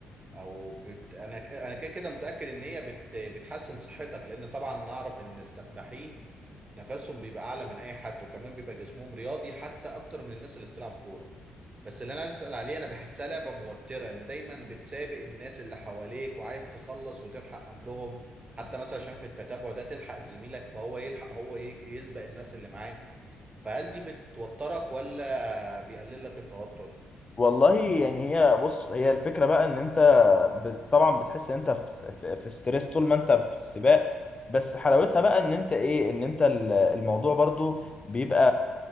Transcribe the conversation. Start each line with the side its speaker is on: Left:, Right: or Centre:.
Right: او بت... انا انا كده كده متاكد ان هي بت... بتحسن صحتك لان طبعا نعرف ان السباحين نفسهم بيبقى اعلى من اي حد وكمان بيبقى جسمهم رياضي حتى اكتر من الناس اللي بتلعب كوره بس اللي انا عايز اسال عليه انا بحسها لعبه موتره ان دايما بتسابق الناس اللي حواليك وعايز تخلص وتلحق قبلهم حتى مثلا عشان في التتابع ده تلحق زميلك فهو يلحق هو ي- يسبق الناس اللي معاه فهل دي بتوترك ولا بيقلل لك التوتر
Left: والله يعني هي بص هي الفكرة بقى ان انت بت- طبعا بتحس ان انت في في في ستريس طول ما انت في السباق بس حلاوتها بقى ان انت ايه ان انت ال- الموضوع برضو بيبقى